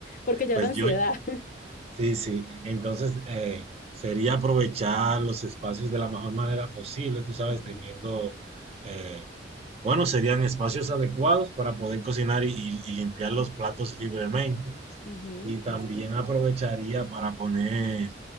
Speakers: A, on the left; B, on the right.
A: porque ya
B: Pues
A: es ansiedad.
B: yo,
A: <laughs>
B: Sí, sí. Entonces, eh, sería aprovechar los espacios de la mejor manera posible, tú sabes,
A: Ujú,
B: teniendo, eh, bueno, serían espacios adecuados para poder cocinar y, y- y limpiar los platos libremente.
A: ujú,
B: Y también
A: exacto.
B: aprovecharía para poner,